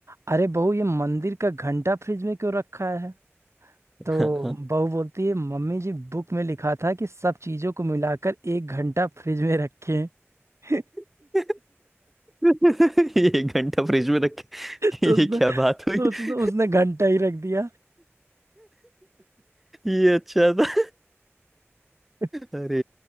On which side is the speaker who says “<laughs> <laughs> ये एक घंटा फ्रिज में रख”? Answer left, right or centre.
Centre